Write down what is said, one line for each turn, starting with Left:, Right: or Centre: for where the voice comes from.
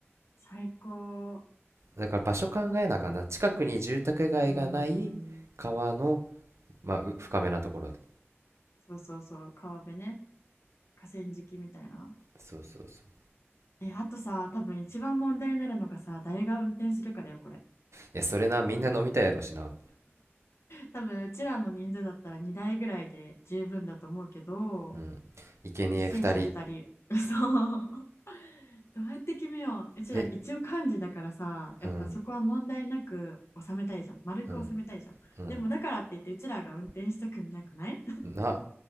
Left: 最高
Right: う。だから場所考えなあかんな。近くに住宅街がない川の
Left: うーん
Right: まあう深めなところで
Left: そうそうそう川辺ね河川敷みたいな
Right: そうそうそうい
Left: えあとさ多分一番問題になるのがさ誰が運転するかだよこれ
Right: やそれなみんな飲みたいやろしな
Left: 多分うちらの人数だったら2台ぐらいで十分だと思うけど
Right: うん生贄二人
Left: 犠牲者2人そう <laughs> どうやって決めよううちら一応漢字だからさやっぱそこは問題なく収めたいじゃん丸く収めたいじゃんでもだからって言ってうちらが運転したくなくない
Right: えうんうんうんな